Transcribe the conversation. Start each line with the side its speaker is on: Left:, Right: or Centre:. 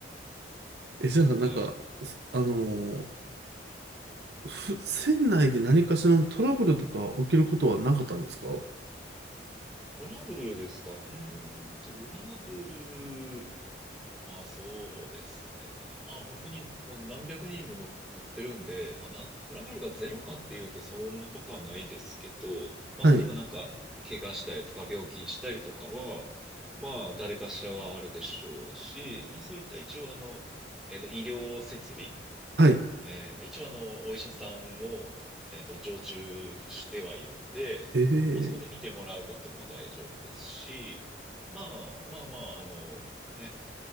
Right: え、じゃあ、なんか、
Centre: はい。
Right: すあのーふ船内で何かしらのトラブルとか起きることはなかったんですか
Centre: トラブルですかうーん、トラブル。まあそうですね。まあ本当にもう何百人も乗ってるんで、まあなん、トラブルがゼロかっていうとそんなことはないですけど、まあ例えばなんか怪我したりとか病気したりとかは、
Right: はい。
Centre: まあ誰かしらはあるでしょうし、まあそういった一応あの、えっと医療設備、
Right: はい。
Centre: えーまあ一応あのお医者さんも、えっと常駐してはいるので、
Right: え
Centre: まあそこで見てもらうことも大丈夫ですし、
Right: え
Centre: まあまあまあ、あのね、